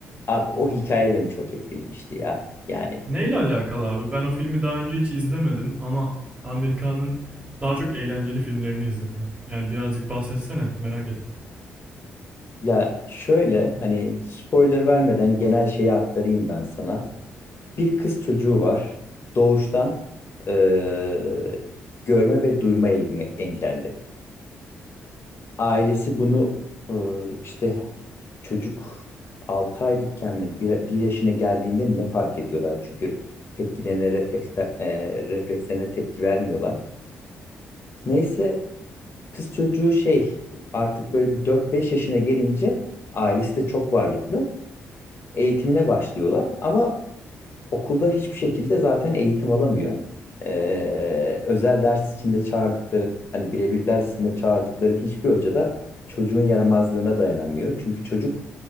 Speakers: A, on the left; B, on the right.
A: Abi o hikaye beni çok etkilemişti ya. Yani
B: Neyle alakalı abi? Ben o filmi daha önce hiç izlemedim ama Amir Kağan'ın daha çok eğlenceli filmlerini izledim. Yani birazcık bahsetsene merak ettim.
A: ya şöyle hani spoiler vermeden genel şeyi aktarayım ben sana. Bir kız çocuğu var. Doğuştan eee, görme ve duyma enge- engelli. Ailesi bunu eee, işte çocuk 6 aylıkken mi bir bir yaşına geldiğinde mi ne fark ediyorlar? Çünkü tepkilerine refleks, eee, reflekslerine tepki vermiyorlar. Neyse Kız çocuğu şey artık böyle bir dört beş yaşına gelince ailesi de çok varlıklı. Eğitimine başlıyorlar ama Okulda hiçbir şekilde zaten eğitim alamıyor. Ee, özel ders içinde çağırdıkları, hani birebir dersinde çağırdıkları hiçbir hoca da çocuğun yaramazlığına dayanamıyor. Çünkü çocuk